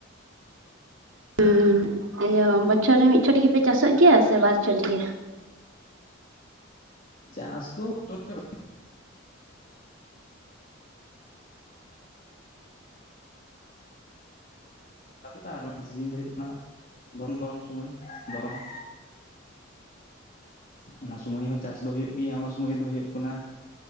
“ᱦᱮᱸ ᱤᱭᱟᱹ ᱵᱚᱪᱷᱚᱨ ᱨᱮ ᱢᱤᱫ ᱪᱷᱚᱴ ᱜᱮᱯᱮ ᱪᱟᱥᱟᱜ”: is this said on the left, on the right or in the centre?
Right